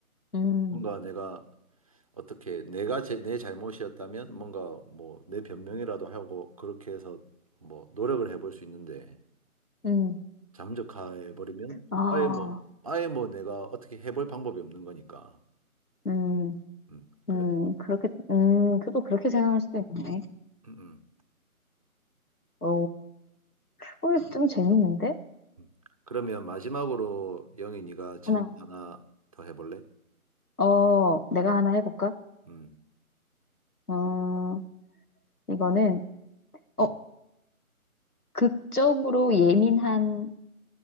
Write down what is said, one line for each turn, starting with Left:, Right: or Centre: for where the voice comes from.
Left: 음,
Right: 뭔가 내가 어떻게 내가 제, 내 잘못이었다면 뭔가 뭐 내 변명이라도 하고 그렇게 해서 뭐 노력을 해볼 수 있는데
Left: 음,
Right: 잠적해 버리면
Left: 아,
Right: 아예 뭐 아예 뭐 내가 어떻게 해볼 방법이 없는 거니까.
Left: 음,
Right: 음. 그래서
Left: 음, 그렇게, 음, 그래도 그렇게 생각할 수도 있네.
Right: 음, 음,
Left: 어, 어, 좀 재밌는데?
Right: 음. 그러면 마지막으로 영희 네가 질문
Left: 하나,
Right: 하나 더 해볼래?
Left: 어, 내가 하나 해볼까?
Right: 음.
Left: 어, 이거는, 어, 극적으로 예민한,